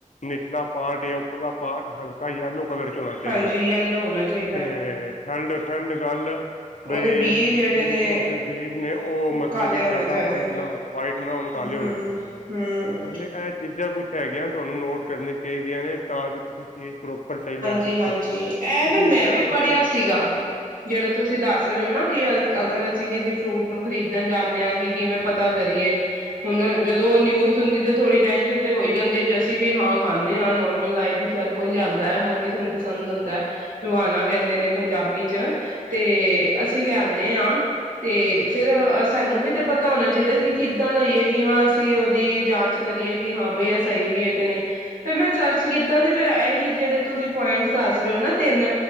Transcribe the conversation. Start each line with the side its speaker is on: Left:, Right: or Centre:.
Left: ਨਿਚਲਾ ਪਾਰਟ ਉੱਪਰ ਦਾ ਪਾਰਟ ਹਲਕਾ ਯੇਲੋ ਕਲਰ ਚ ਹੋਣਾ ਚਾਹੀਦਾ
Right: ਹਾਂਜੀ
Left: ਹੈ
Right: ਯੈਲੋ ਹੋਣਾ ਚਾਹੀਦਾ
Left: ਤੇ
Right: ਹੈ,
Left: ਠੰਡ ਤੇ ਗੱਲ
Right: ਉਹਦੇ
Left: ਬਈ
Right: ਬੀਜ
Left: ਤਰਬੂਜ਼
Right: ਜਿਹੜੇ ਨੇ
Left: ਉਹਦੇ ਬੀਜ ਨੇ ਉਹ ਮਤਲਬ
Right: ਕਾਲੇ
Left: ਕਿ ਜ਼ਿਆਦਾ
Right: ਹੋਣੇ ਚਾਹੀਦੇ
Left: ਵਾਈਟ
Right: ਨੇ
Left: ਨਾ ਵਾਈਟ ਨਾ ਹੋਣ ਕਾਲੇ
Right: ਹਮ
Left: ਹੋਣੇ ਚਾਹੀਦੇ ਨੇ।
Right: ਹਮ
Left: ਮਤਲਬ ਇਹ ਚੀਜ਼ਾਂ ਕੁ ਹੈਗੇ ਆ ਤੁਹਾਨੂੰ ਨੋਟ ਕਰਨੇ ਚਾਹੀਦੀਆਂ ਨੇ ਤਾਂ ਕਿ ਤੁਸੀਂ ਚੀਜ਼ ਪ੍ਰੋਪਰ ਸਹੀ ਲੈ ਸਕੋ।
Right: ਜੀ ਹਾਂਜੀ, ਇਹ
Left: ਇਸੀ
Right: ਨਾ ਮੈਂ
Left: ਤਰ੍ਹਾਂ
Right: ਵੀ
Left: ਹੀ
Right: ਪੜ੍ਹਿਆ ਸੀਗਾ ਜਿਹੜਾ ਤੁਸੀਂ ਦੱਸ ਰਹੇ ਹੋ ਨਾ ਕਿ ਅਗਰ ਅਸੀਂ ਕਿਸੀ ਫਰੂਟ ਨੂੰ ਖਰੀਦਣ ਜਾਂਣੇ ਹਾਂ ਕਿ ਕਿਵੇਂ ਪਤਾ ਕਰੀਏ, ਹੁਣ ਜਦੋਂ ਉਹ ਨਿਊਜ਼ ਸੁਣੀ ਤੇ ਥੋੜ੍ਹੀ ਟੈਨਸ਼ਨ ਤੇ ਹੋਈ ਜਾਂਦੀ ਹੈ। ਜੇ ਅਸੀਂ ਵੀ ਹਾਂ ਖਾਂਣੇ ਹਾਂ ਨੌਰਮਲ ਲਾਈਫ ਵਿੱਚ ਹਰ ਕੋਈ ਲਿਆਂਦਾ ਹੈ। ਹਰ ਕਿਸੇ ਨੂੰ ਪਸੰਦ ਹੁੰਦਾ ਹੈ। ਰੋਹਾਣਾ ਕਹਿੰਦੇ ਨੇ ਪੰਜਾਬੀ ਚ, ਤੇ ਅਸੀਂ ਲਿਆਂਣੇ ਹਾਂ ਤੇ ਫਿਰ ਸਾਨੂੰ ਵੀ ਤੇ ਪਤਾ ਹੋਣਾ ਚਾਹੀਦਾ ਕਿ ਕਿੱਦਾਂ ਲਈਏ? ਕਿਵਾਂ ਅਸੀਂ ਉਹਦੀ ਜਾਂਚ ਕਰੀਏ? ਕਿ ਹਾਂ ਬਈ ਇਹ ਸਹੀ ਵੀ ਹੈ ਕਿ ਨਹੀਂ? ਫਿਰ ਮੈਂ ਸਰਚ ਕੀਤਾ ਸੀ। ਫਿਰ ਇਹੀ ਜਿਹੜੇ ਤੁਸੀਂ ਪੁਆਇੰਟਸ ਦੱਸ ਰਹੇ ਹੋ ਨਾ ਤਿੰਨ,